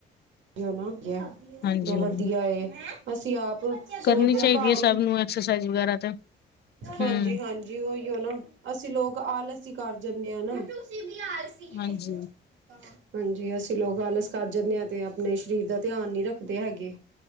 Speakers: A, on the right; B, on the left.
A: ਓ ਨਾ
B: ਹਾਂਜੀ-ਹਾਂਜੀ
A: ਤੋ ਵਧੀਆ ਏ ਅਸੀਂ ਆਪ ਸੋਚਦੇ
B: ਕਰਨੀ
A: ਹਾਂ
B: ਚਾਈਦੀ
A: ਘਰ
B: ਏ
A: ਹੀ
B: ਸਭ ਨੂੰ ਐਕਸਰਸਾਈਜ਼ ਵਗੈਰਾ ਤੇ। ਹੂੰ।
A: ਹਾਂਜੀ ਹਾਂਜੀ ਓਈ ਓ ਨਾ, ਅਸੀਂ ਲੋਕ ਆਲਸ ਈ ਕਰ ਜਾਂਨੇ ਆਂ ਨਾ। ਕੀ
B: ਹਾਂਜੀ।
A: ਹੈਗੇ ਓ। ਹਾਂਜੀ ਅਸੀਂ ਲੋਕ ਆਲਸ ਕਰ ਜਾਂਨੇ ਆਂ ਤੇ ਆਪਣੇ ਸਰੀਰ ਦਾ ਧਿਆਨ ਨੀ ਰੱਖਦੇ ਹੈਗੇ।